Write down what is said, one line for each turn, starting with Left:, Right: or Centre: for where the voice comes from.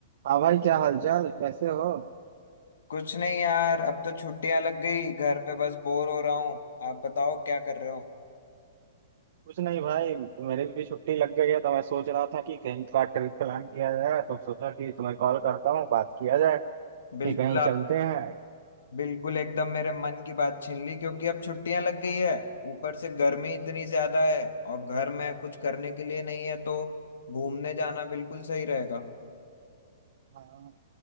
Right: हाँ भाई क्या हालचाल कैसे हो
Left: कुछ नहीं यार अब तो छुट्टियां लग गई घर पे बस बोर हो रहा हूँ आप बताओ क्या कर रहे हो
Right: कुछ नहीं भाई मेरी भी छुट्टी लग गई है तो मैं सोच रहा था कि कहीं का ट्रिप प्लान किया जाए तो सोचा कि तुम्हें कॉल करता हूँ बात किया जाए कि
Left: बिल्कुल
Right: कहीं
Left: आप
Right: चलते हैं
Left: बिल्कुल एकदम मेरे मन की बात छीन ली क्योंकि अब छुट्टियां लग गई है ऊपर से गर्मी इतनी ज्यादा है और घर में कुछ करने के लिए नहीं है तो घूमने जाना बिल्कुल सही रहेगा
Right: हाँ,